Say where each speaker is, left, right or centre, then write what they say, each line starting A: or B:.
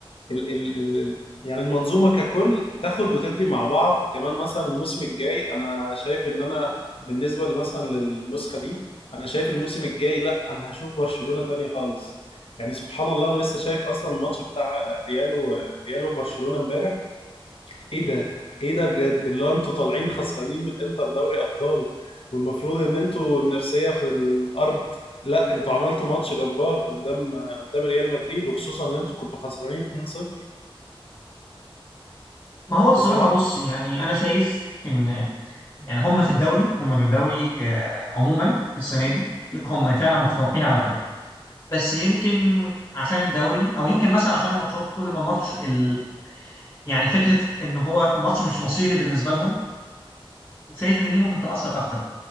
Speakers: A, on the left; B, on the left.
A: ال ال ال ال- يعني المنظومه ككل تاخد وتدي مع بعض كمان مثلا الموسم الجاي انا شايف ان انا بالنسبه مثلا للنسخه دي انا شايف الموسم الجاي لا انا هشوف برشلونه تاني خالص يعني سبحان الله انا لسه شايف اصلا الماتش بتاع ريال و- ريال وبرشلونه امبارح ايه ده ايه ده بجد اللي هو انتوا طالعين خسرانين من انتر دوري ابطال والمفروض ان انتوا النفسيه في الارض لا انتوا عملتوا ماتش جبار قدام قدام ريال مدريد وخصوصا ان انتوا كنتوا خسرانين 2-0
B: ما هو الصراحة
A: انت سمعت
B: بص يعني انا شايف ان يعني هم في الدوري هم في الدوري آه، عموما السنة دي لا، هم فعلا متفوقين على كل بس يمكن عشان الدوري او يمكن مثلا عشان الماتشات كل ما الماتش ال... يعني فكرة ان هو الماتش مش مصيري بالنسبة لهم شايف ان دي ممكن تأثر اكتر